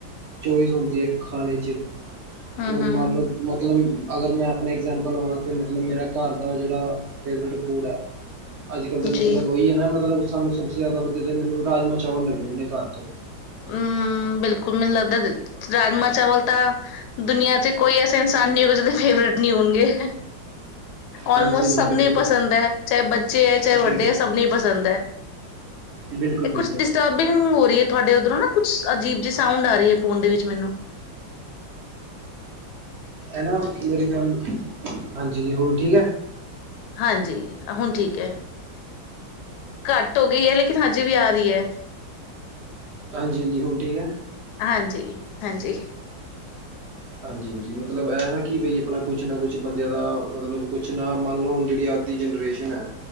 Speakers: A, on the right; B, on the left.
A: ਚੋਇਸ ਹੁੰਦੀ ਹੈ ਖਾਣੇ 'ਚ
B: ਹੂੰ-ਹੂੰ
A: ਹੁਣ ਮੰਨ ਲੋ ਮਤਵਲ ਅਗਰ ਮੈਂ ਆਪਣਾ ਅਗਜੈਂਪਲ ਲਵਾਂ ਤੇ ਮਤਲਬ ਮੇਰਾ ਘਰ ਦਾ ਜੇਹੜਾ ਫੇਵਰੇਟ ਫੂਡ ਏ। ਅੱਜ ਕੱਲ੍ਹ ਦਾ
B: ਜੀ
A: ਮਤਲਬ ਉਹੀ ਹੈ ਨਾ ਮਤਲਬ ਸਾਨੂੰ ਸਭਸੇ ਜ਼ਿਆਦਾ ਵਧੀਆ ਤੇ ਮੈਨੂੰ ਰਾਜਮਾ ਚਾਵਲ ਲੱਗਦੇ ਨੇ ਘਰ ਤੋਂ
B: ਹਹ ਮ ਬਿਲਕੁਲ ਮੈਨੂੰ ਲੱਗਦਾ ਰਾਜਮਾਂ ਚਾਵਲ ਤਾਂ ਦੁਨੀਆਂ ਚ ਕੋਈ ਐਸਾ ਇਨਸਾਨ ਨਹੀਂ ਹੋਗਾ ਜਿਦੇ ਫੇਵਰੇਟ ਨਹੀਂ ਹੋਣਗੇ। ਆਲਮੋਸਟ
A: ਹਾਂਜੀ ਹਾਂਜੀ
B: ਸਭ
A: ਬਿਲਕੁਲ
B: ਨੂੰ ਪਸੰਦ ਹੈ ਚਾਹੇ ਬੱਚੇ ਹੈ ਚਾਹੇ ਵੱਡੇ
A: ਬਿਲਕੁਲ
B: ਹੈ ਸਭ ਨੂੰ ਪਸੰਦ ਹੈ।
A: ਬਿਲਕੁਲ
B: ਇਹ
A: ਬਿਲਕੁਲ
B: ਕੁੱਛ ਡਿਸਟਰਬਿੰਗ ਹੋ ਰਹੀ ਐ ਤੁਹਾਡੇ ਉਧਰੋਂ ਨਾ ਕੁਛ ਅਜੀਬ ਜਿਹੀ ਸਾਊਂਡ ਆ ਰਹੀ ਹੈ ਫੋਨ ਦੇ ਵਿੱਚ ਮੈਨੂੰ।
A: ਐ ਨਾ ਮੇਰੇ ਖਿਆਲ, ਹਾਂਜੀ ਹੁਣ ਠੀਕ ਹੈ?
B: ਹਾਂਜੀ ਹੁਣ ਠੀਕ ਐ। ਘੱਟ ਹੋ ਗਈ ਹੈ ਲੇਕਿਨ ਹਜੇ ਵੀ ਆ ਰਹੀ ਹੈ।
A: ਹਾਂਜੀ ਹਾਂਜੀ ਹੁਣ ਠੀਕ ਹੈ?
B: ਹਾਂਜੀ-ਹਾਂਜੀ।
A: ਹਾਂਜੀ-ਹਾਂਜੀ ਮਤਲਬ ਇਹ ਨਾ ਕਿ ਬਈ ਆਪਣਾ ਕੁਛ ਨਾ ਕੁਛ ਬੰਦਿਆਂ ਦਾ ਮਤਲਬ ਕੁਛ ਨਾ ਮੰਨ ਲਓ ਜਿਹੜੀ ਇਹ ਅੱਜ ਦੀ ਜਨਰੇਸ਼ਨ ਹੈ